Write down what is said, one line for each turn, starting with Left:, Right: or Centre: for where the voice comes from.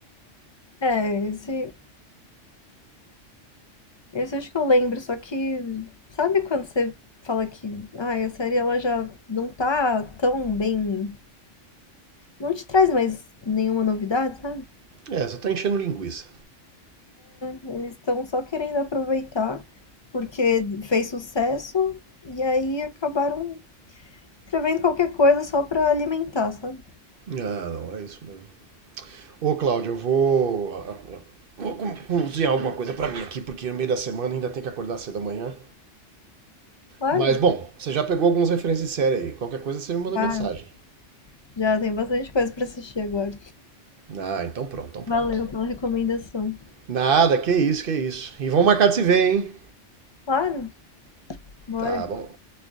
Left: É, esse, esse acho que eu lembro, só que sabe quando você fala que, ah a série ela já não tá tão bem não te traz mais nenhuma novidade, sabe?
Right: É, só tá enchendo linguiça.
Left: Eles estão só querendo aproveitar porque fez sucesso e aí acabaram escrevendo qualquer coisa só pra alimentar, sabe?
Right: Ah, não, é isso mesmo. Ô, Cláudio, eu vou. ah, ah, Vou co- cozinhar alguma coisa pra mim aqui, porque no meio da semana ainda tem que acordar cedo amanhã.
Left: Claro,
Right: Mas, bom, você já pegou algumas referências de série aí. Qualquer coisa você me manda
Left: claro.
Right: mensagem.
Left: Já tem bastante coisa pra assistir agora.
Right: Ah, então pronto, então pronto.
Left: Valeu pela recomendação.
Right: Nada, que isso, que isso. E vamos marcar de se ver, hein?
Left: Claro, bora.
Right: Tá bom.